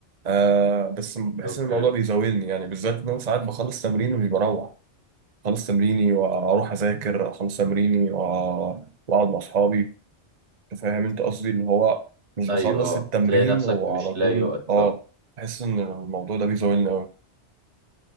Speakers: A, on the right; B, on the right.
A: آه بس بحس
B: اوكي
A: ان الموضوع بيزاولني يعني بالذات ان انا ساعات بخلص تمرين ومش بروح خلص تمريني واروح اذاكر اخلص تمريني وأ- واقعد مع اصحابي انت فاهم انت قصدي اللي هو مش بخلص
B: ايوه اه
A: التمرين
B: تلاقي نفسك
A: وعلى
B: مش لاقي
A: طول
B: وقت
A: اه
B: آه.
A: بحس ان الموضوع ده بيزولني قوي